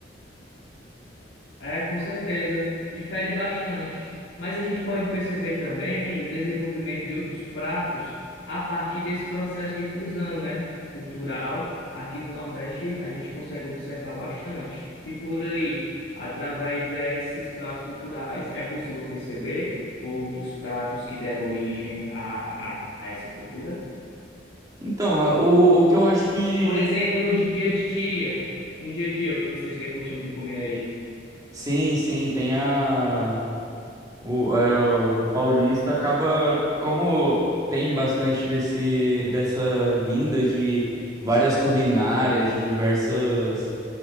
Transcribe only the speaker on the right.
Então, o, o que eu acho que.
Sim, sim, tem a. O, é, o paulista acaba, como tem bastante desse, dessa vinda de várias culinárias de diversas